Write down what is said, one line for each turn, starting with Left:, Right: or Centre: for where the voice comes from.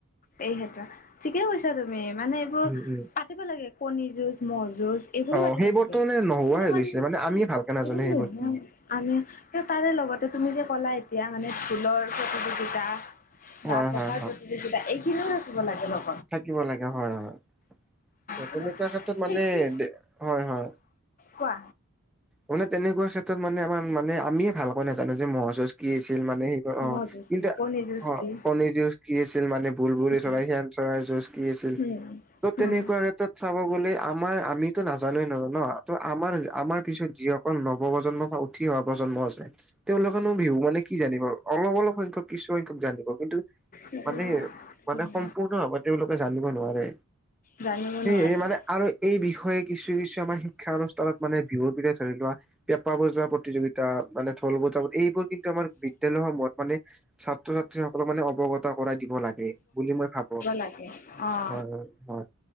Left: এই ক্ষেত্ৰত, ঠিকে কৈছা তুমি মানে এইবোৰ
Centre: উম উম
Left: পাতিব লাগে কণী যুঁজ, ম'হ যুঁজ এইবোৰো
Centre: অ
Left: পাতিব
Centre: সেইবোৰতো
Left: লাগে,
Centre: মানে নোহোৱা
Left: কিন্তু
Centre: হৈ
Left: মানে
Centre: গৈছে আমিয়ে
Left: এইবোৰ
Centre: ভালকে নাজানো সেইবোৰ কি।
Left: <unintelligible> আমি তাৰে লগতে তুমি যে ক'লা এতিয়া মানে ঢোলৰ প্ৰতিযোগিতা
Centre: হয়
Left: বা পেপাৰ
Centre: হয় হয়
Left: প্ৰতিযোগিতা এইখিনিও ৰাখিব লাগে ন
Centre: থাকিব লাগে হয়-হয়।
Left: কিন্তু
Centre: তেনেকুৱা ক্ষেত্ৰত
Left: সেইটো
Centre: মানে হয়-হয়
Left: কোৱা?
Centre: মানে তেনেকুৱা ক্ষেত্ৰত মানে আমাৰ নে আমিয়ে ভালকৈ নাজানোঁ যে ম'হ যুঁজ কি আছিল মানে সেইবাৰ অ'
Left: ম'হ যুঁজ
Centre: কিন্তু
Left: কি কণী যুঁজ
Centre: অ'
Left: কি
Centre: কণী যুঁজ কি আছিল মানে বুলবুলি
Left: উম
Centre: চৰাই, শেন চৰাইৰ যুঁজ কি আছিল?
Left: উম
Centre: ত' তেনেকুৱা ক্ষেত্ৰত চাব গ'লে আমাৰ আমিতো নাজানোঁৱে নাজানোঁ ন ত আমাৰ-আমাৰ পিছত যিসকল নৱপ্ৰজন্ম বা উঠি অহা প্ৰজন্ম আছে তেওঁলোকেনো বিহু মানে কি জানিব অলপ অলপ সংখ্যক কিছুসংখ্যক জানিব কিন্তু
Left: উম,
Centre: মানে মানে সম্পূৰ্ণ তেওঁলোকে জানিব নোৱাৰে,
Left: জানিব
Centre: সেয়ে
Left: নোৱাৰে
Centre: মানে আৰু এই বিষয়ে কিছু কিছু আমাৰ শিক্ষা অনুষ্ঠানত মানে বিহুৰ <unintelligible> ধৰি লোৱা পেঁপা বজোৱা প্ৰতিযোগিতা মানে ঢল বজাব এইবোৰ কিন্তু আমাৰ বিদ্যালয়সমূহত মানে- ছাত্ৰ-ছাত্ৰীসকলক মানে অৱগত কৰাই দিব লাগে বুলি মই ভাবোঁ।
Left: তাকে অহ'।
Centre: হয় হয়।